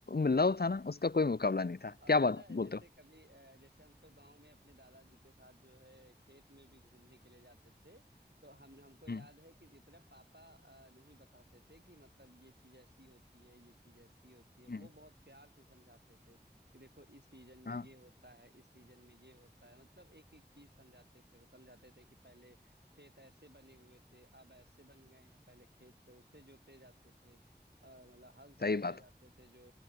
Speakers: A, on the left; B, on the right.
A: लव था ना उसका कोई मुकाबला
B: बिल्कुल
A: नहीं था
B: और
A: क्या
B: पता
A: बात
B: है
A: बोलते
B: जैसे
A: हो
B: कभी अ, जैसे हम तो गांव में अपने दादाजी के साथ जो है खेत में भी घूमने के लिए जाते थे तो हम हमको याद
A: हम्म
B: है कि जितना पापा अ, नहीं बताते थे कि मतलब ये चीज ऐसी होती है ये चीज ऐसी होती है वो
A: हम्म
B: बहुत प्यार से समझाते थे कि देखो इस सीजन में
A: हाँ
B: ये होता है इस सीजन में ये होता है मतलब एक एक चीज समझाते थे वो समझाते थे कि पहले खेत ऐसे बने हुए थे अब ऐसे बन गए हैं पहले खेत उससे जोते जाते थे अ, मतलब हल से
A: सही
B: जोते
A: बात
B: जाते थे जो